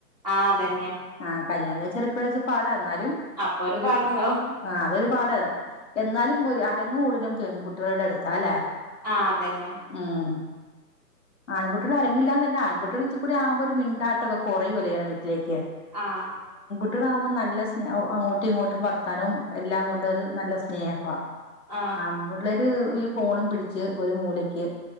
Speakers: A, on the right (about 25°); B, on the left (about 45°).
A: ആഹ് ധന്യ
B: ആഹ് കല്യാണം കഴിച്ചിറക്കിവിടാച്ചാ പാടാ ന്നാലും
A: അപ്പൊ
B: ഒരു
A: പാടുണ്ടാവും
B: ആ അതൊരു പാടല എന്നാലും ഒരു അരങ്ങ് കൂടുതലും പെൺകുട്ടികളുടെ അടുത്താ അല്ലേ?
A: ആഹ് അതന്നെയാ
B: ആഹ് ആൻക്കുട്ട്യള് അരങ്ങില്ലാന്നല്ല, ആൺകുട്ടികളിച്ചിക്കൂടി ആവുമ്പോ ഒരു മിണ്ടാട്ടൊക്കെ കുറയുല്ലെ ങ്ങെനെ വീട്ടിലേക്ക്.
A: ആഹ്
B: ട്ട്യകളാഉമ്പോ നല്ല സ്നേഹഉ അങ്ങോട്ടു ഇങ്ങോട്ടു വർത്താനും എല്ലാം കൊണ്ട് ഒരു നല്ല സ്നേഹം. വാ
A: ആഹ്
B: ആൺപിള്ളേരു ഈ ഫോണും പിടിച്ച് ഒരു മൂലക്ക്